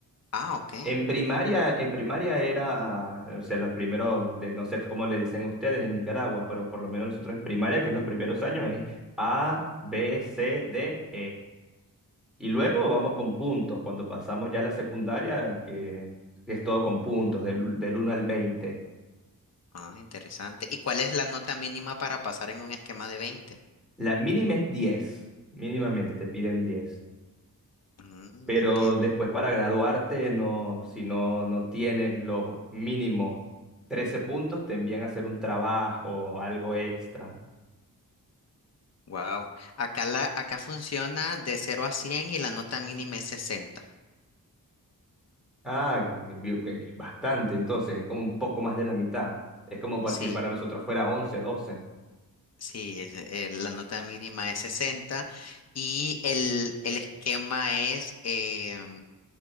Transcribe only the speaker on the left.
Ah, ok.
Ah, interesante. ¿Y cuál es la nota mínima para pasar en un esquema de veinte?
Mm,
entiendo.
Wow. Acá la, acá funciona de cero a 100 y la nota mínima es sesenta.
Sí,
sí, es, eh, la nota mínima es 60 y el, el esquema es em,